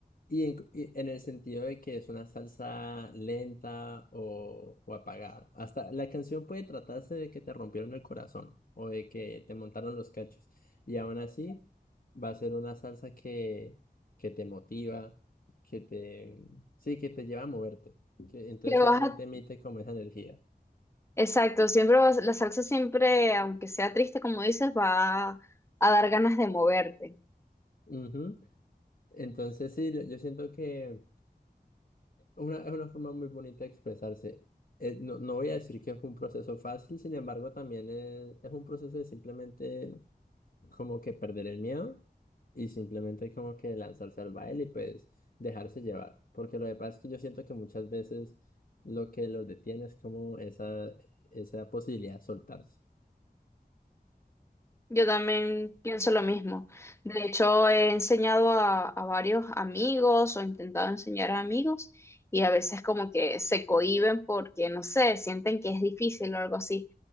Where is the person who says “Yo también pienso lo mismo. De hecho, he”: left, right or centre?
Left